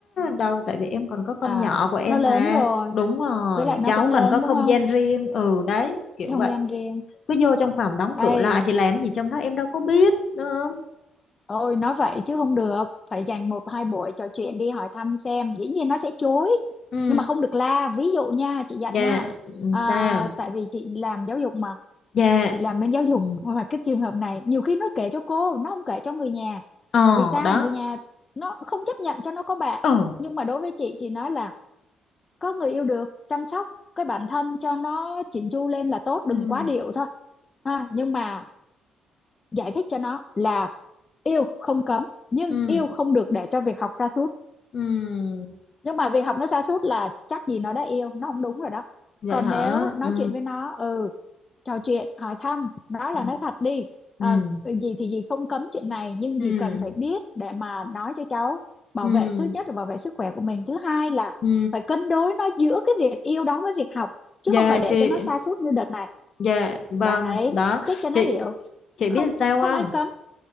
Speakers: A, on the left; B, on the left.
A: đâu tại vì em còn có con
B: à
A: nhỏ của em
B: nó lớn
A: mà
B: rồi
A: đúng rồi
B: với lại nó
A: cháu
B: cũng lớn
A: cần có không
B: đúng không
A: gian riêng ừ đấy kiểu
B: không
A: vậy
B: gian riêng
A: cứ vô trong phòng đóng
B: ây
A: cửa lại thì làm gì trong đó em đâu có biết đúng không
B: ôi nói vậy chứ không được phải dành một hai buổi trò chuyện đi hỏi thăm xem dĩ nhiên nó sẽ chối
A: ừ
B: nhưng mà không được la ví dụ nha chị dặn
A: dạ
B: nha
A: ừ,
B: à,
A: sao
B: tại vì chị làm giáo dục mà
A: dạ
B: chị làm bên giáo dục
A: ừ
B: mà cái trường hợp này nhiều khi nó kể cho cô nó không kể cho người nhà
A: Ờ,
B: tại vì sao
A: đó.
B: người nhà nó không chấp nhận cho nó có bạn
A: Ừ.
B: nhưng mà đối với chị chị nói là có người yêu được chăm sóc cái bản thân cho nó chỉn chu lên là tốt đừng
A: Ừ.
B: quá điệu thôi ha nhưng mà giải thích cho nó là yêu không cấm nhưng
A: Ừ.
B: yêu không được để cho việc học sa sút
A: Ừ.
B: nhưng mà việc học nó sa sút là chắc gì nó đã yêu nó không đúng rồi đó
A: Vậy
B: còn
A: hả?
B: nếu nói
A: Ừ.
B: chuyện với nó ừ trò chuyện hỏi thăm nói
A: Ừ.
B: là nói thật đi Ờ,
A: Ừ.
B: gì thì gì không cấm chuyện này nhưng
A: Ừ.
B: gì cần phải biết để mà nói cho cháu bảo
A: Ừ.
B: vệ thứ nhất là bảo vệ sức khỏe của mình thứ hai là
A: Ừ.
B: phải cân đối nó giữa cái việc yêu đó với việc học chứ
A: Dạ
B: không phải để
A: chị.
B: cho nó sa sút như đợt này
A: Dạ vâng,
B: đấy
A: đó.
B: thích cho nó
A: Chị
B: hiểu
A: chị
B: không
A: biết sao
B: không
A: không?
B: ai cấm